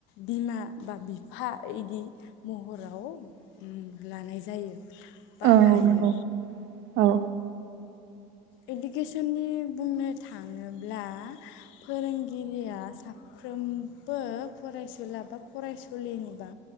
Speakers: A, on the left; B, on the right.
A: बिमा बा बिफा इदि महराव उम लानाय जायो। बा
B: औ
A: लायो
B: नंगौ औ
A: इडुकेसननि बुंनो थाङोब्ला फोरोंगिरिया साफ्रोमबो फरायसुला बा फरायसुलिनि बा